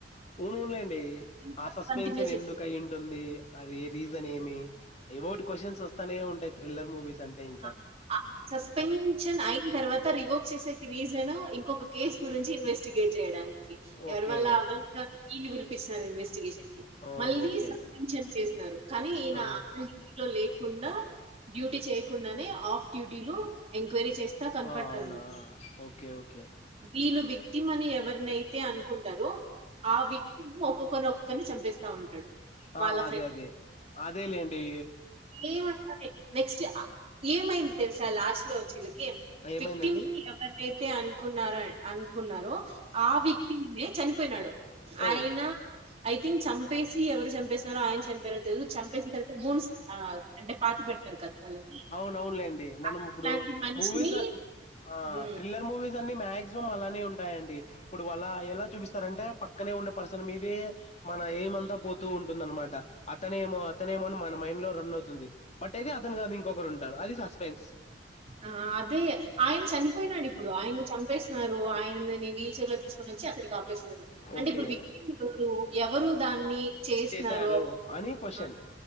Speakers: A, on the left (about 40°); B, on the right (about 35°).
A: ఊన్లేండి
B: ఇంకా
A: ఆ సస్పెన్షన్
B: కంటిన్యూ చేయలేదు.
A: ఎందుకు అయి ఉంటుంది అది రీజన్ ఏమి ఎవోటి క్వశ్చన్స్ వస్తానే ఉంటాయి త్రిల్లర్ మూవీస్ అంటే ఇంకా
B: ఆ ఆ సస్పెన్షన్ ఐ తర్వాత రివోక్ చేసేకి రీజన్ ఇంకొక కేసు గురించి ఇన్వెస్టిగేట్ చేయడానికి ఎవరీ
A: ఓకే
B: వల్ల అవ్వలేదు అని ఈ పిలిపించిన ఇన్వెస్టిగేషన్కి
A: ఆ,
B: మళ్ళీ
A: ఓకే
B: సపెన్షన్ చేసినారు కానీ ఈనా
A: ఆ
B: <inaudible> లో లేకుండా డ్యూటీ చేయకు డానే ఆఫ్ డ్యూటీలో ఎంక్వైరీ చేస్తా కనపడతారన్నమట
A: ఆ అవునా ఓకే ఓకే
B: వీళ్ళు విట్టిమ్ అని ఎవరినైతే అనుకుంటారో ఆ వి ఒక్కొక్కరిని ఒక్కొక్కరిని చంపేస్తా ఉంటాడు
A: ఆ
B: వాళ్ళ
A: అదే అదే అదే లెండి
B: ఏమంటా నెక్స్ట్ ఆ ఏమైం తెలుసా లాస్ట్ లో చిలకి
A: ఏమైందండి
B: విక్టిమ్స్ ఎవరైతే అనుకున్నారామ్ అనుకున్నారో ఆ విక్టిమ్ చనిపోయినాడు,
A: ఓ
B: ఆయన ఐ థింక్ చంపేసి ఎవరు చంపేసి ఆయన చనిపోయారో తెలీదు, చంపేసిన తర్వాత పూడ్చ్ అంటే పాతి పెడతారు కదా వాళ్ళని
A: అవును లెండి మనం
B: అట్లాంటి
A: ఇప్పుడు
B: మనిషిని
A: మూవీస్ ఆ
B: ఉమ్
A: థ్రిల్లర్ మూవీస్ వీస్ అన్ని మాక్సిమం అలానే ఉంటాయండి ఇప్పుడు అలా ఎలా చూపిస్తారంటే పక్కనే ఉన్న పర్సన్ మీదే మన ఏం అంతా పోతూ ఉంటుందన్నమాట అతనేమో అతనేమో అని మన మైండ్ లో రన్ అవుతుంది బట్ అయితే అతను కాదు ఇంకొకరు ఉంటారు అది సస్పెన్స్
B: అ ఆ అదే ఆయన చనిపోయినాడు ఇప్పుడు ఆయన్ని చంపేసినారు ఆయన వీల్ చైర్ లో తీసు వచ్చి అక్కడికి ఆపేసినారు అంటే
A: ఓకే
B: ఇప్పుడు విక్టిమ్ <inaudible> ఎవరు దాన్ని చేసినారో
A: చేశారు అని క్వశ్చన్?
B: ఆ!